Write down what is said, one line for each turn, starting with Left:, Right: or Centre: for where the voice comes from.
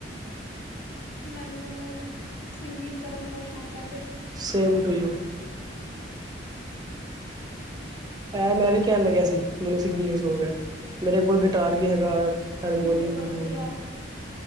Left: ਮੈਨੂੰ ਸਿੰਗਿੰਗ ਕਰਨ ਦਾ ਸ਼ੌਕ ਐ।
Right: Same to you. ਐ ਮੈਂ ਵੀ ਕਹਿਣ ਲੱਗਿਆ ਸੀ ਮੈਨੂੰ ਸਿੰਗਿੰਗ ਦਾ ਸ਼ੌਂਕ ਐ ਮੇਰੇ ਕੋਲ ਗਿਟਾਰ ਵੀ ਹੈਗਾ। ਹਰਮੋਨੀਅਮ
Left: ਮੇਰੇ ਕੋਲ
Right: ਹੂਰਮੋਨੀਅਮ,
Left: ਵੀ ਹੈ